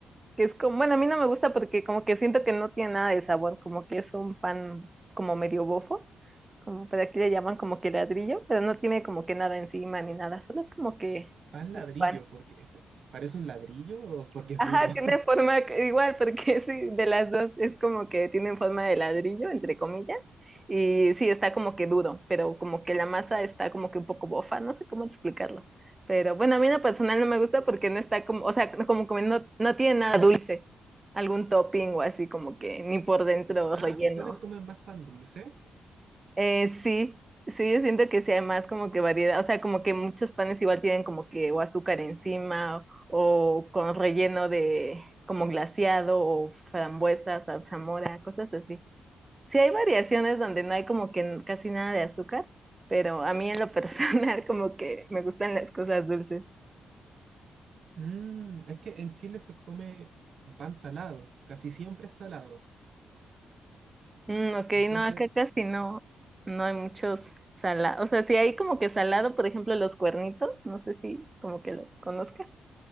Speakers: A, on the right; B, on the right.
A: que es como, bueno, a mí no me gusta porque como que siento que no tiene nada de sabor, como que es un pan como medio bofo, como, pero aquí le llaman como que ladrillo, pero no tiene como que nada encima ni nada, solo es como que
B: Pan ladrillo,
A: un pan.
B: porque parece un ladrillo o porque es
A: Ajá,
B: duro.
A: tiene
B: <laughs>
A: forma c- igual, porque <laughs> sí, de las dos es como que tienen forma de ladrillo, entre comillas, y sí, está como que duro, pero como que la masa está como que un poco bofa, no sé cómo explicarlo. Pero bueno, a mí en lo personal no me gusta porque no está como, o sea, no- como que no, no tiene nada dulce, algún topping o así como que ni por dentro
B: Ah,
A: relleno.
B: ¿ustedes comen más pan dulce?
A: Eh, sí, sí, yo siento que sí hay más como que variedad, o sea, como que muchos panes igual tienen como que o azúcar encima o, o con relleno de como glaseado o frambuesas, zarzamora, cosas así. Sí hay variaciones donde no hay como que n- casi nada de azúcar, pero a mí en lo personal <laughs> como que me gustan las cosas dulces.
B: Mm, es que en Chile se come pan salado, casi siempre es salado.
A: Mm, ok,
B: Entonces,
A: no, acá casi no, no hay muchos salados, o sea, sí hay como que salado, por ejemplo, los cuernitos, no sé si como que los conozcas.